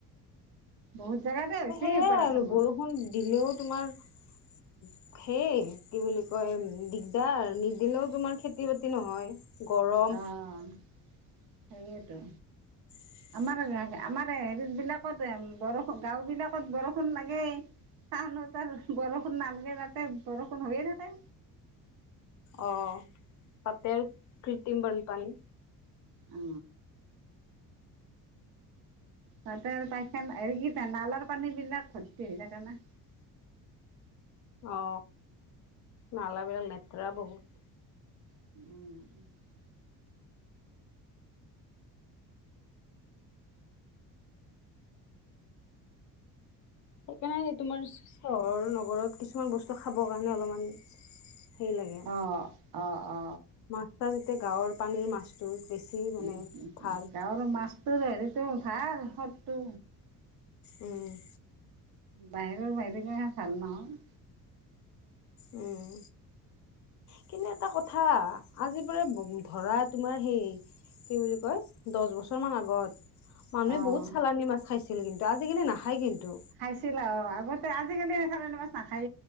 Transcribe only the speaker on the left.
সেয়াই
আৰু বৰ‌ ষুণ দিলেও তোমাৰ সেই কি বুলি কয় দিগদাৰ নিদিলেও তোমাৰ খেতি বাতি নহয়। গৰম
<unintelligible>
অ তাতে আৰু কৃত্ৰিম বানপানী
অ নালাবিলাক লেতেৰা বহুত।
সেইকাৰণে তোমাৰ চহৰৰ নগৰত- কিছুমান বস্তু খাবৰ কাৰণে অলপমান হেৰি লাগে।
মাছ ছাছ এতিয়া গাঁৱৰ পানীৰ মাছটো বেছি। মানে
ভাল।
উম।
উম। কিন্তু এটা কথা আজি পৰা ধৰা তোমাৰ সেই কি বুলি কয় দছ বছৰ মান আগত মানুহে
বহুত চালানি মাছ খাইছিল কিন্তু, আজিকালি নাখায় কিন্তু।